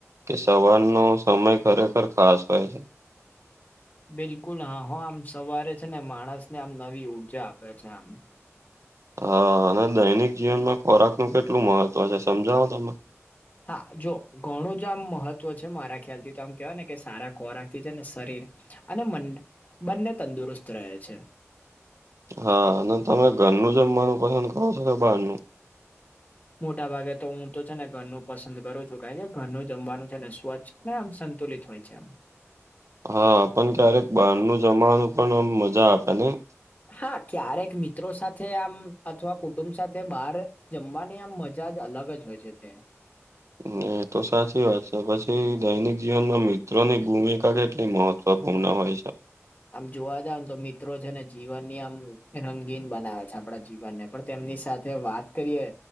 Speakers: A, on the right; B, on the left.
A: કે સવારનો સમય ખરેખર ખાસ હોય છે.
B: બિલકુલ હા હો આમ સવારે છે ને માણસને આમ નવી ઉર્જા આપે છે આમ.
A: હા અને દૈનિક જીવનમાં ખોરાકનું કેટલું મહત્વ છે સમજાવો તમે?
B: હા જો ઘણું જ આમ મહત્વ છે મારા ખ્યાલથી તો આમ કેહેવાય ને કે સારા ખોરાક થી છે ને શરીર અને મન બંને તંદુરસ્ત રહે છે.
A: હા અને તમે ઘરનું જમવાનું પસંદ કરો છો કે બહારનું?
B: મોટા ભાગે તો હું તો છે ને ઘરનું પસંદ કરું છું. કારણ કે ઘરનું જમવાનું છે ને સ્વચ્છ ને આમ સંતુલિત હોય છે આમ.
A: હા પણ ક્યારેક બહારનું જમવાનું પણ આમ મજા આપે નહી?
B: હા ક્યારેક મિત્રો સાથે આમ અથવા કુટુંબ સાથે બારે જમવાની આમ મજા જ અલગ જ હોય છે તે.
A: હહ એતો સાચી વાત છે. પછી દૈનિક જીવનમાં મિત્રોની ભૂમિકા કેટલી મહત ત્વપૂર્ણ હોય છે?
B: આમ જોવા જાવને તો મિત્રો છે ને જીવનની આમ રંગીન બનાવે છે આપડા જીવનને. પણ તેમની સાથે વાત કરીએ